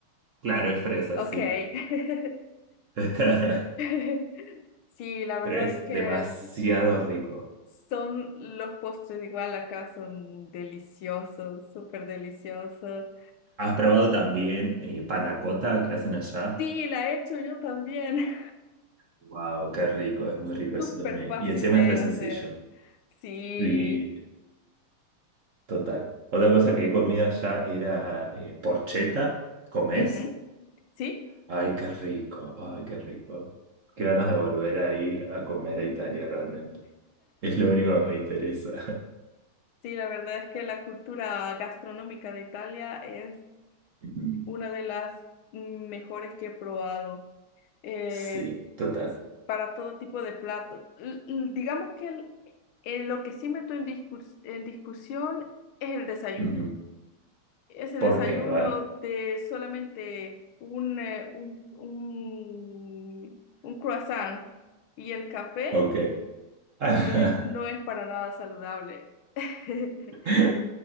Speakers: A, on the right; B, on the left.
A: Claro, es fresa,
B: Ok.
A: sí.
B: <laughs>
A: <laughs>
B: <laughs> Sí, la verdad
A: pero es
B: es que
A: demasiado rico.
B: son los postres igual acá, son deliciosos, súper deliciosos.
A: ¿Has probado también eh, panna cotta que hacen allá?
B: Sí, la he hecho yo también,
A: Wow, qué rico, es muy
B: <laughs>
A: rico
B: súper
A: eso también.
B: fácil
A: Y encima
B: de
A: es re sencillo.
B: hacer. Sí,
A: Y total. Otra cosa que he comido allá era eh, porchetta. ¿Comés?
B: ujú. Sí,
A: Ay, qué rico, ay, qué rico. Qué ganas de volver a ir a comer a Italia realmente. Es lo único que me interesa.
B: sí, la verdad es que la cultura gastronómica de Italia es
A: <laughs> Ujú.
B: una de las mejores que he probado. Eh,
A: Sí, total.
B: para todo tipo de platos. L- l- digamos que el- eh, lo que sí meto en, discurs- en discusión es el desayuno.
A: Ujú.
B: Ese
A: ¿Por
B: desayuno
A: qué? A ver.
B: de solamente un, eh, un, un, un croissant y el café
A: Ok. <laughs>
B: eh, no es para nada saludable. <laughs>
A: <laughs>